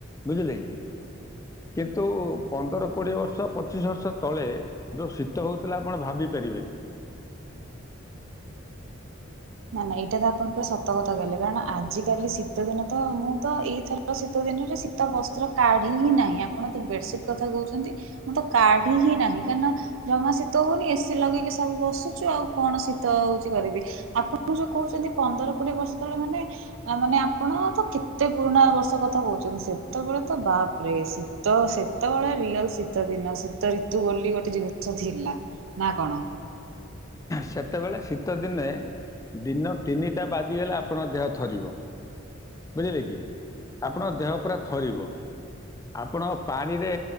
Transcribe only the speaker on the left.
ବୁଝିଲେକି କିନ୍ତୁ ପନ୍ଦର କୋଡିଏ ବର୍ଷ ପଚିଶ ବର୍ଷ ତଳେ ଯୋଉ ଶୀତ ହଉଥିଲା ଆପଣ ଭାବି ପାରିବେନି।
ସେତେବେଳେ ଶୀତ ଦିନେ ଦିନ ତିନିଟା ବାଜିଗଲେ ଆପଣଙ୍କ ଦେହ ଥରିବ ବୁଝିଲେ କି ଆପଣଙ୍କ ଦେହ ପୁରା ଥରିବ ଆପଣ ପାଣିରେ